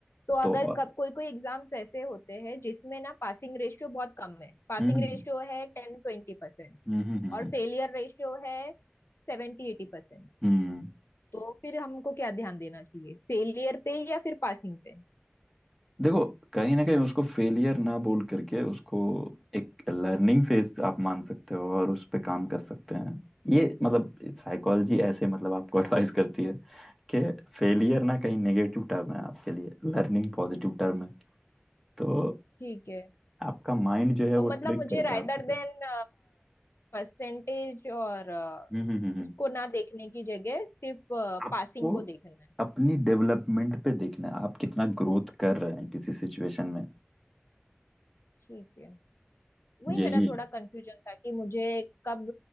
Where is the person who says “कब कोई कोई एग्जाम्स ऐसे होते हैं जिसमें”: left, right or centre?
Left